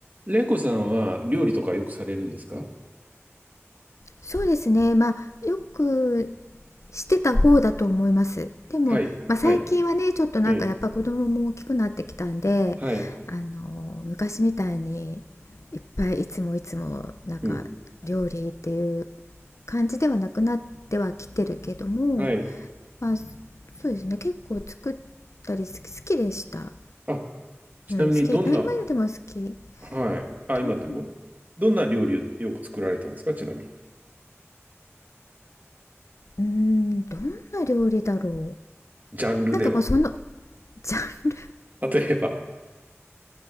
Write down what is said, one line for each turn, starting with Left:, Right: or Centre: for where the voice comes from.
Right: レイコさんは料理とかよくされるんですか
Left: そうですね。まあ、よくしてた方だと思います。でも、
Right: はい、
Left: まあ、最近はね、
Right: はい、
Left: ちょっとなんかやっぱ子供も大きくなってきたんで、
Right: ええ、はい、
Left: あの、昔みたいにいっぱいいつもいつもなんか料理っていう
Right: うん、
Left: 感じではなくなってはきてるけども、
Right: はい。
Left: まあ、そうですね。結構作ったり好き、好きでした。
Right: あ、ちなみにどんな、
Left: うん、好き。あ、今でも好き。
Right: はい、あ、今でもどんな料理をよく作られたんですかちなみに。
Left: どんな、うーん、どんな料理だろう。
Right: ジャンルでは。
Left: なんかもうその、ジャン
Right: 例えば。